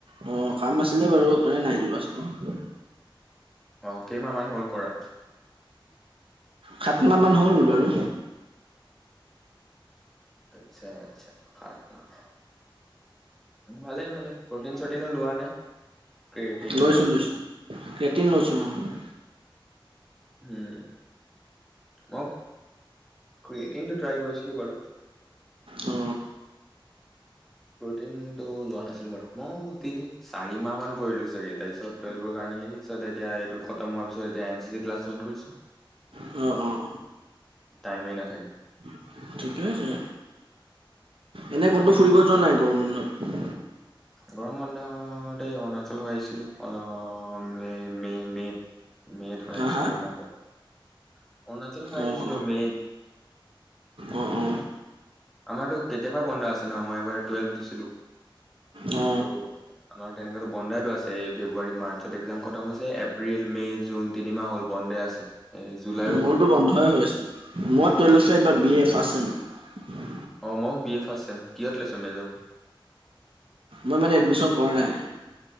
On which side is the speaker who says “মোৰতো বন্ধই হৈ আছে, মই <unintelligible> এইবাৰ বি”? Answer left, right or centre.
Right